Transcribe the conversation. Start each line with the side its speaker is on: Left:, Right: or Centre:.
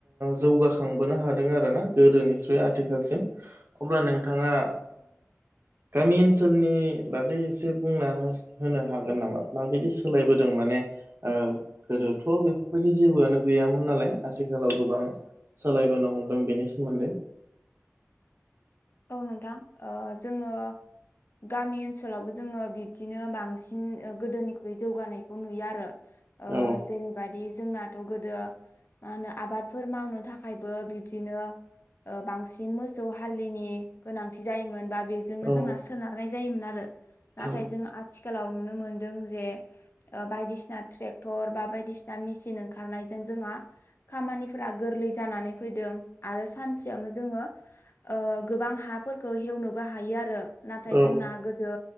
Right: जौगाखांबोनो हादों आरोना गोदोनिफ्राय्रुय आथिखालसिम अब्ला नोंथांङा गामि ओनसोलनि बागै एसे बुंना होनो हागोन नामा माबायदि सोलायबोदों माने गोदोथ' बे बेफोरबायदि जेबोआनो गैयामोन नालाय आथिखालाव गोबां सोलायबोनो हमदों बेनि सोमोन्दै
Left: औ नोंथां जोंङो गामि ओनसोलावबो जोंङो बिबदिनो बांसिन गोदोनिख्रुइ जौगानायखौ नुयो आरो ओ
Right: औ
Left: जेनेबा बेबादि जोंनाथ' गोदो मा होनो आबादफोर मावनो थाखायबो बिब्दिनो बांसिन मोसौ हालि गोनां जायोमोन बा बेजोंनो
Right: औ
Left: जोंना सोनारनाय जायोमोन आरो ना
Right: औ
Left: जों आथिखालाव नुनो मोनदों जे बायदिसिना ट्रेक्टर बा बायदिसिना मेसिन ओंखारनायजों जोंहा खामानिफोरा गोरलै जानानै फैदों आरो सानसेयावनो जोंङो गोबां हाफोरखौ हेवनोबो हायो आरो नाथाय
Right: औ
Left: जोंना गोदो